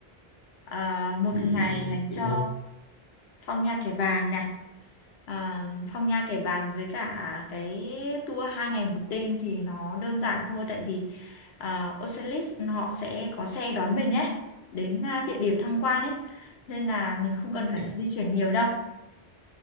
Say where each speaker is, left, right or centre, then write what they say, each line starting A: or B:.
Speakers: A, on the left; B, on the left.
A: à, một
B: ừ,
A: ngày dành
B: kiểu
A: cho
B: đó.
A: Phong Nha Kẻ Bàng này À, Phong Nha Kẻ Bàng với cả cái tour hai ngày một đêm thì nó đơn giản thôi tại vì à, Ocelis họ sẽ có xe đón mình ấy đến à, địa điểm tham quan ấy nên là mình không cần phải
B: Dạ,
A: di chuyển nhiều đâu